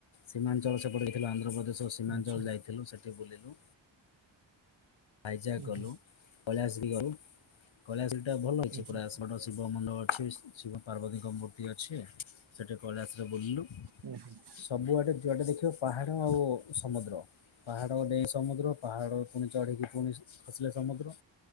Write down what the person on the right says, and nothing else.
ଆଚ୍ଛା
ହୁଁ
ହୁଁ
ହୁଁ
ହୁଁ ହୁଁ ହୁଁ